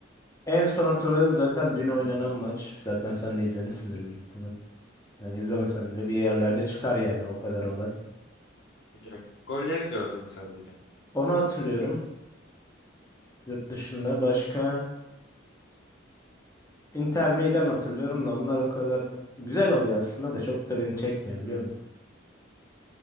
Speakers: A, on the left; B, on the left.
A: En son hatırladığım zaten dün oynanan
B: Hı hı.
A: maç. Zaten sen de izlemişsindir büyük ihtimal. Yani izlemesem bile bir yerlerde çıkar yani o kadar olay.
B: Ya, golleri gördüm sadece.
A: Onu hatırlıyorum. Yurt dışında başka Inter Milan hatırlıyorum da onlar o kadar güzel oluyor aslında da çok da beni çekmiyor biliyor musun?